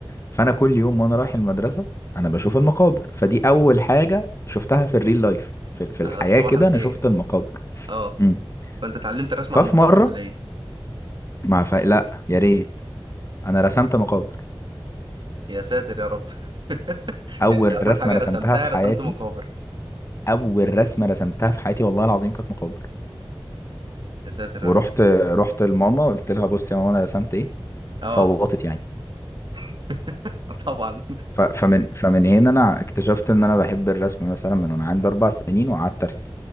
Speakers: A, on the left; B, on the right.
A: فانا كل يوم وانا رايح المدرسه انا بشوف المقابر فدي اول حاجه شفتها في الريل لايف في, في
B: آه،
A: الحياه
B: صباح
A: كده
B: الخير
A: انا شفت المقابر
B: اه
A: امم
B: فانت اتعلمت الرسم
A: ففي
B: على المقابر
A: مره
B: ولا ايه
A: ما ف... لا يا ريت انا رسمت مقابر
B: يا ساتر يا رب <laughs>
A: اول
B: يعني انت اول
A: رسمه
B: حاجه
A: رسمتها
B: رسمتها
A: في حياتي
B: رسمت مقابر
A: اول رسمه رسمتها في حياتي والله العظيم كانت مقابر
B: يا ساتر
A: ورحت
B: يا رب
A: رحت لماما قلت لها بصي يا ماما انا رسمت ايه
B: اه
A: صوتت يعني
B: <laughs> طبعا
A: ف- فمن فمن هنا انا اكتشفت ان انا بحب الرسم مثلا من وانا عندي اربع سنين وقعدت ارسم